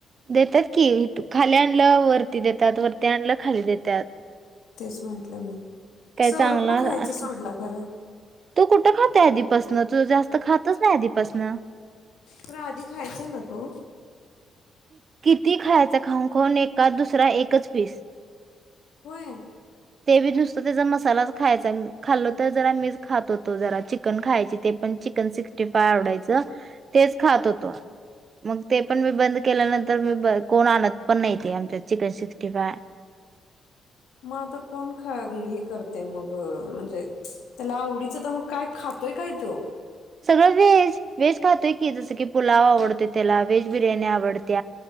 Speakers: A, on the right (about 50°); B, on the left (about 80°).
A: देतेत खाली आणलं वरती देतात वरती आणलं खाली देतात.
B: तेच म्हंटलं मी
A: काय
B: सौरभ
A: चांगला
B: पण खायचं
A: असला
B: सोडला कार
A: तू कुठं खातेआधीपासन तू जास्त खातच नाही आधिपासन
B: खर आधी खायचा ना तो
A: ती खायचा खाऊन खाऊन एका दुसरा एकच पीस
B: होय
A: ते बी नुसतं ते ज मसालाच खायचा खाल्लो तर जरा मी खात होतो जरा चिकन खायची ते पण चिकन सिक्स्टी फाय आवडायचं तेच खात होतो. मग ते पण मी बंद केल्यानंतर मी कोण आणत पण नाही ते आमच्या चिकन सिक्स्टी फाय
B: मग आता कोण ख हे करते मग म्हणजे त्याला आवडीचं तर मग काय खातोय काय तो
A: व्हेज खातोय की जस की पुलाव आवडतोय त्याला व्हेज बिर्याणी आवडती